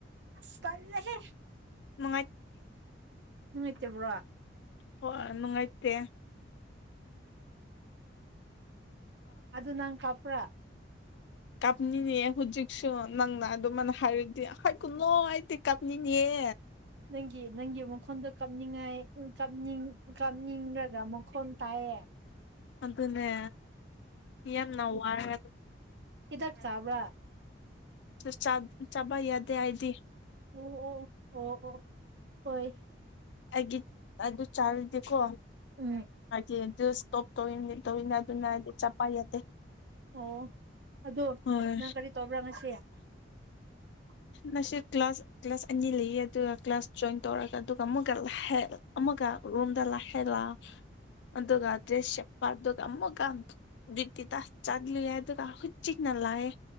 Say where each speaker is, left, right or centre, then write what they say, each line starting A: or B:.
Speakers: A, on the right (about 65°); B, on the left (about 65°).
A: ꯑꯁ ꯀꯜꯂꯍꯦ
B: ꯃ
A: ꯎꯇꯦꯕ꯭ꯔꯣ
B: ꯍꯣꯏ ꯅꯨꯡꯉꯥꯏꯇ
A: ꯑꯗꯨꯗ ꯅꯪ ꯀꯄ꯭ꯔ
B: ꯀꯥꯞꯅꯤꯡꯅꯦ ꯍꯧꯖꯤꯛꯁꯨ ꯅꯪꯅ ꯑꯗꯨꯃꯥꯏꯅ ꯍꯥꯏꯔꯨꯗꯤ ꯍ ꯀꯨꯅꯣ ꯑꯩꯗꯤ ꯀꯥꯞꯅꯤꯡꯅꯤꯌꯦ
A: ꯅꯪꯒꯤ ꯅꯪꯒꯤ ꯃꯈꯣꯟꯗꯣ ꯀꯥꯞꯅꯤꯡꯉꯥꯏ ꯀꯅꯤꯡ ꯀꯥꯞꯅꯤꯡꯂꯒ ꯃꯈꯣꯟ ꯇꯥꯏꯌꯦꯦ
B: ꯑꯗꯨꯅꯦ ꯌꯥꯝ ꯅꯧꯋꯥꯒ
A: ꯏꯥꯛ ꯆꯕ꯭ꯔ
B: ꯆ ꯆꯥꯕ ꯌꯥꯗꯦ ꯍꯥꯏꯗꯤ
A: ꯑꯣ ꯑꯣ ꯑꯣ ꯑꯣ ꯍꯣꯏ
B: ꯑꯩꯒꯤ ꯑꯗꯨ ꯆꯥꯔꯤꯗꯤꯦꯀꯣ
A: ꯎꯝ
B: ꯑꯩꯒꯤ ꯑꯗꯨ ꯁꯇꯣꯞ ꯇꯧꯋ ꯇꯅ ꯑꯗꯨꯅꯗꯤ ꯆꯞꯄ ꯌꯥꯗꯦ
A: ꯑꯣ ꯑꯗꯣ
B: ꯍꯣꯏ
A: ꯅꯪ ꯀꯔꯤ ꯇꯧꯕ꯭ꯔꯥ ꯉꯁꯤ <unintelligible>
B: ꯅꯁꯤ ꯀ꯭ꯂꯥꯁ ꯀ꯭ꯂꯥꯁ ꯑꯅꯤ ꯂꯩꯌꯦ ꯑꯗꯨꯒ ꯀ꯭ꯂꯥꯁ ꯖꯣꯏꯟ ꯇꯧꯔꯒ ꯑꯗꯨꯒ ꯑꯃꯨꯛꯀ ꯑꯃꯨ ꯔꯨꯝꯗ ꯂ ꯍꯂ ꯑꯗꯨꯒ ꯗ꯭ꯔꯦꯁ ꯆꯄ ꯑꯗꯨ ꯑꯃꯝꯃꯛꯀꯥꯟ ꯏ ꯇ ꯇꯥꯁ ꯆꯥꯠꯂꯤ ꯌꯥ ꯑꯗꯨꯒ ꯍꯨꯠ ꯆꯤꯛꯅ ꯂꯥꯛꯑꯦ